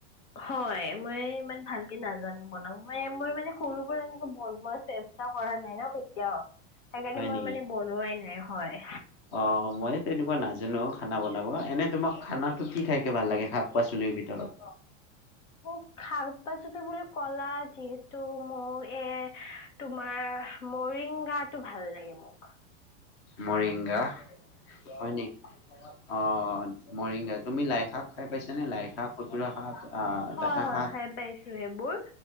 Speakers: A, on the left (about 80°); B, on the left (about 25°).
A: হয় মই ইমান ভালকে নাজানো বনাম মই মোৰ মানে সৰু পৰা এনেকে বনোৱা চেষ্ট। কৰা নাই ন কেতিয়াও সেইকাৰণে
B: হয়
A: মই
B: নেকি
A: মানে বনোৱাই নাই হয়।
B: অ মইয়ে তেনেকুৱা নাজানো খানা বনাব এনে তোমাক খানাটো কি ভাল লাগে শাক পাচলিৰ ভিতৰত?
A: অ', খাক পাচুকে বুলি কলা যি ত, মোৰ এ, তোমাৰ মৰিংগাটো ভাল লাগে মোক।
B: মৰিংগা হয় নিক অ', মৰিংগা তুমি লাই শাক খাই পাইছ নে? লাই শাক, খুতুৰা শাক আহ
A: হয়।
B: ডাঠা
A: হয়।
B: শাক
A: খাই পাইছো। সেইবোৰ